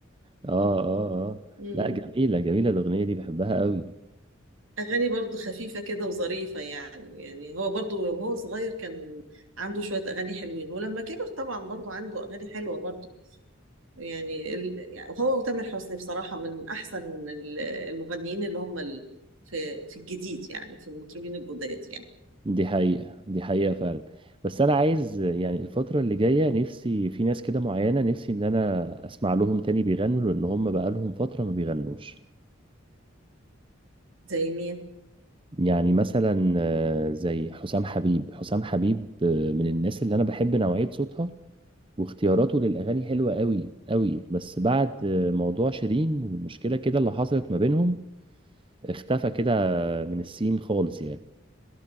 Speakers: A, on the right; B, on the right.
A: اه اه اه
B: مم.
A: لا جميله جميله الاغنيه دي بحبها قوي
B: أغاني برضو خفيفة كده وظريفة يعني يعني هو برضو وهو صغير كان عنده شوية أغاني حلوين ولما كبر طبعا برضو عنده أغاني حلوة برضو يعني ال... يعني هو وتامر حسني بصراحة من أحسن ال- المغنيين اللي هم ال... في في الجديد يعني في المطربين الجداد يعني
A: دي حقيقه دي حقيقه فعلا بس انا عايز يعني الفتره اللي جايه نفسي في ناس كده معينه نفسي ان انا اسمع لهم تاني بيغنوا لان هم بقى لهم فتره ما بيغنوش
B: زي مين؟
A: يعني مثلا آه، زي حسام حبيب حسام حبيب آه، من الناس اللي انا بحب نوعيه صوتها واختياراته للاغاني حلوه قوي قوي بس بعد موضوع شيرين والمشكله كده اللي حصلت ما بينهم اختفى كده من السين خالص يعني